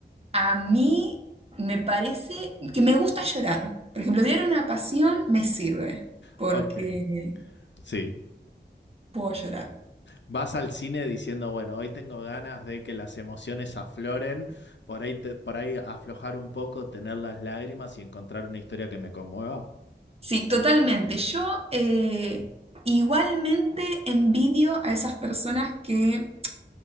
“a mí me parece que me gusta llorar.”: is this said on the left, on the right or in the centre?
Right